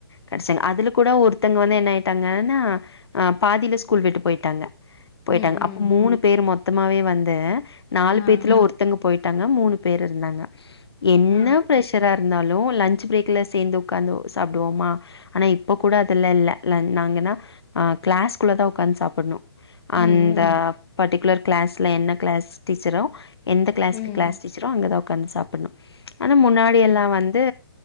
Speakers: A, on the left; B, on the left.
A: கெடைச்சாங்க அதுல கூட ஒருத்தங்க வந்து என்ன ஆயிட்டாங்கன்னா பாதில ஸ்கூல் விட்டு போயிட்டாங்க போயிட்டாங்க
B: ம். ம்.
A: அப்ப மூணு பேர் மொத்தம் மொத்தமாவே வந்து நாலு
B: ஆ.
A: பேத்துல ஒருத்தங்க போயிட்டு டாங்க மூணு பேர் இருந்தாங்க என்ன
B: ஆ.
A: ஃபிர்ஷரா இருக் இருந்தாலும் லன்ச் பிரேக்ல சேந்து உக்காந்து சாப்புடுவோமா ஆனா இப்போ கூட அதெல்லா இல்ல நாங்கனா கிளாஸ்க்குள்ள தா ஒக்காந்து சாப்பூடணு
B: ம்.
A: அந்த பர்டிகுலர் கிளாஸ்ல என்ன கிளாஸ் டீச்சரோ எந்த கிளாஸ்கு
B: ம்.
A: கிளாஸ் சீட்ச்சரோ அங்க தா ஒகன்ச பன்னு ஆனா முன்னாடி எல்லா
B: ம்.
A: வந்து